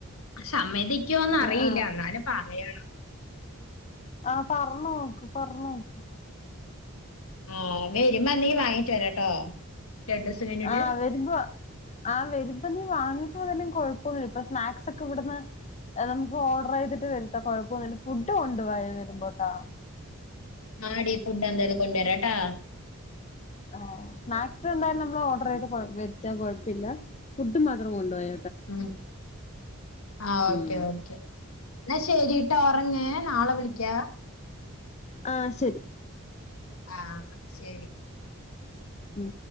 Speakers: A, on the left; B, on the left.
A: സമ്മതിക്കോന്ന് അറിയില്ല
B: ആഹ് ആഹ്
A: എന്നാ അറിയാലോ <unintelligible>
B: ആ പറഞ്ഞോക്ക് പറഞോക്ക്
A: ആ വരുമ്പന്തീ വാങ്ങീട്ട് വരാട്ടോ രണ്ട് ദിവസം കഴിഞ്ഞിട്ട്
B: ആ വരുമ്പോ ആ വരുമ്പ നീ വാങ്ങീട്ട് വന്നില്ലെങ്കി കൊഴപ്പോന്നുല്ല ഇപ്പൊ സ്നാക്സാെക്കെവ്ട്ന്ന് നമുക്കാേഡെർയ്ത്ട്ട് വര്ത്ത കൊഴ പ്പൊന്നുല്ല ഫുഡ് കൊണ്ട് വായോ വരുമ്പോട്ടാ
A: ആടി ഫുഡ് എന്തായാലും കൊണ്ടരാട്ടാ
B: ആ സ്നാക്സ് എന്തായാലും നമ്മള് ഓർഡർ ചെയ്ത് വരുത്താൻ കൊഴപ്പില്ല ഫുഡ് മാത്രം കൊണ്ടുപോയ
A: ഉം ആ ഓക്കെ
B: ഉം
A: ഓക്കെ എന്നാ ശെരിട്ടോ ഒർങ്ങേ നാളെ വിളി ക്കാ
B: ആഹ് ശരി
A: ആ ശരി
B: ഉം